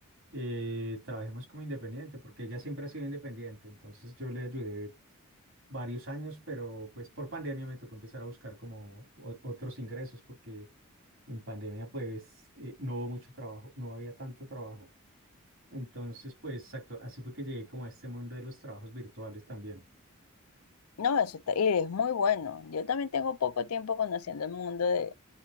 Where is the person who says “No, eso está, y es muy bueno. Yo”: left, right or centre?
Left